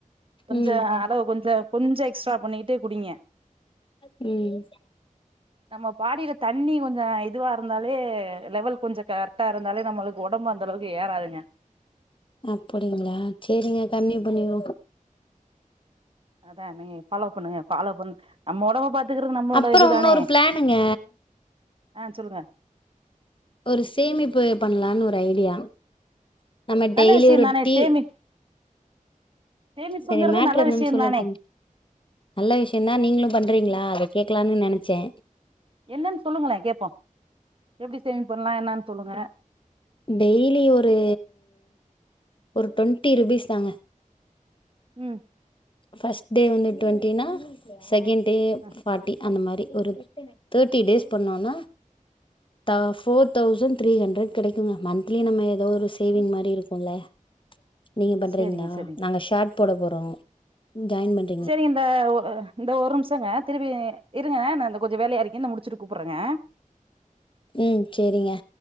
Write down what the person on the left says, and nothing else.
ம்
ம்
அப்படிங்களா சேரிங்க கம்மி பண்ணிருவோ
அப்புறோ
உன்னொரு பிளானுங்க
ஒரு சேமிப்பு பண்லான்னு ஒரு ஐடியா நம்ம
டெய்லி
ஒரு
டீ
சரி மேட்ரு
என்னன்னு
சொல்லட்டுங்க
நல்ல விஷயந்தா நீங்களு பண்றீங்களா அத கேக்கலான்னு நெனைச்சே
டெய்லி ஒரு ஒரு டவெண்டி ருபீஸ் தாங்க
ஃபர்ஸ்ட் டே வந்து ட்வெண்ட்டினா செகண்ட் டே
ஃபார்ட்டி அந்த மாதிரி ஒரு தேர்டி டேஸ் பண்ணோனா த ஃபோர் தௌசண்ட் த்ரீ ஹண்ட்ரட் கிடை மந்த்லி நம்ம ஏதோ சேவிங் மாரி இருக்கும்ல நீங்க பண்றீங்களா
நாங்க ஷார்ட் போட போறாங்க ஜாயின் பண்ண
ம் சேரிங்க